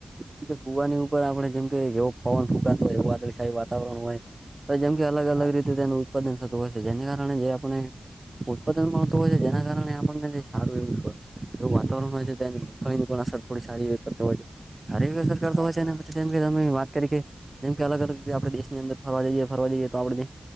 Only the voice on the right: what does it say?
કેમ કે કુવાની ઉપર આપણે જેમ કે યોગ પવન ફૂંકાતો હોય, એવું વાદળછાયું વાતાવરણ હોય. પ જેમ કે અલગ
અલગ રીતે તેનું ઉત્પાદન થતું હોય છે, જેને કારણે જે આપણે ઉત્પાદન મળતું હોય છે, જેના કારણે આપણને હારું એવું પ, એવું વાતાવરણ હોય છે તેની, તેની પણ અસર થોડી સારી એવી કરતો હોય છે. સારી અસર
કરતો હય
છે ને, પછી જેમ કે તમે વાત કરી કે જેમ કે અલગ અલગ રીતે આપણે દેશની અંદર ફવા જઈએ ફરવા જઈએ, તો આવડને